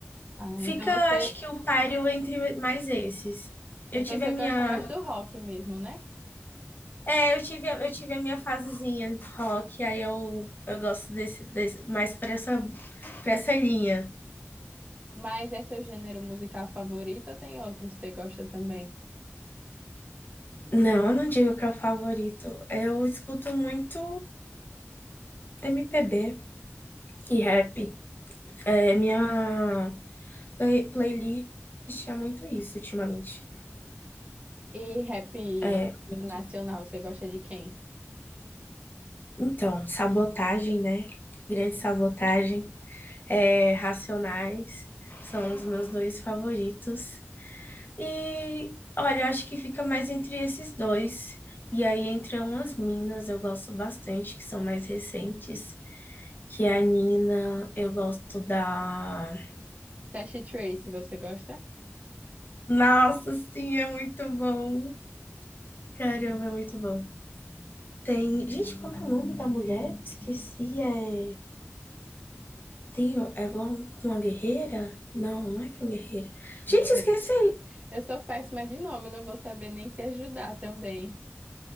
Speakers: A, on the right; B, on the left.
A: Ah,
B: Fica,
A: então você
B: acho que o páreo entre mais esses. Eu
A: Então
B: tive
A: você
B: a
A: gosta
B: minha,
A: mais do rock mesmo, né?
B: é, eu tive, eu tive a minha fasezinha de rock, aí eu, eu gosto desse, desse mais para essa, para essa linha.
A: Mas é seu gênero musical favorito ou tem outros que você gosta também?
B: Não, eu não digo que é o favorito. Eu escuto muito MPB e rap. É, minha play- playlist é muito isso ultimamente.
A: E rap
B: É, muito.
A: nacional, você gosta de quem?
B: Então, sabotagem, né? Grande sabotagem. é, Racionais são os meus dois favoritos. E olha, eu acho que fica mais entre esses dois. E aí, entre umas minas, eu gosto bastante, que são mais recentes. Que é a Nina, eu gosto da.
A: Tashi Trace, você gosta?
B: Nossa, sim, é muito bom. Caramba, é muito bom. Tem. Gente, como é o nome da mulher? Esqueci. É. Tem. É igual com a guerreira? Não, não é com a guerreira. Gente,
A: Eu,
B: esqueci.
A: eu sou péssima de nome, não vou saber nem te ajudar também.